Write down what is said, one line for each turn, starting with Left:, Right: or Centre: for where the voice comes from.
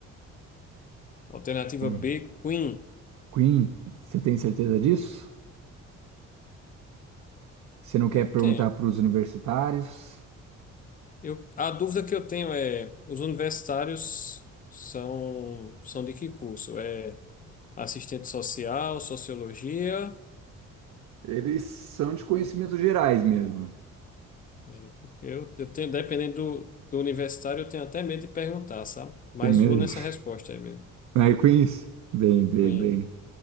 Left: Alternativa
Right: É.
Left: B, Queen.
Right: Queen, você tem certeza disso? Você não quer
Left: Eu
Right: perguntar
Left: tenho.
Right: para os universitários?
Left: Eu, a dúvida que eu tenho é: os universitários são, são de que curso? É. assistente social, sociologia.
Right: Eles são de conhecimentos gerais mesmo.
Left: É, porque Eu, eu tenho, dependendo do, do universitário, eu tenho até medo de perguntar, sabe? Mas
Right: Também.
Left: vou nessa resposta aí mesmo.
Right: <laughs> Mary Queens? Bem, bem,
Left: Queen,
Right: bem.